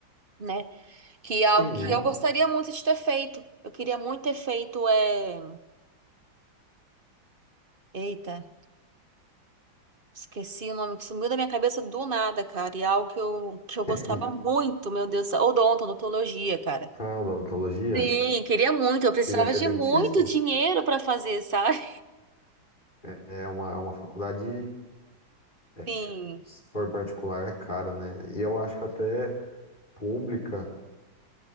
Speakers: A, on the right; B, on the left.
A: né? Que é algo
B: entendi.
A: que eu gostaria muito de ter feito. Eu queria muito ter feito é, eita, esqueci o nome que sumiu da minha cabeça do nada, cara. E é algo que eu que
B: <laughs>
A: eu gostava muito, meu Deus, odonto, odontologia, cara.
B: Ah, odontologia?
A: Sim, queria muito. Eu precisava
B: Queria ser
A: de
B: dentista?
A: muito dinheiro para fazer, sabe?
B: É é uma, uma faculdade, é,
A: Sim,
B: se for particular, é cara, né? E eu acho que até pública.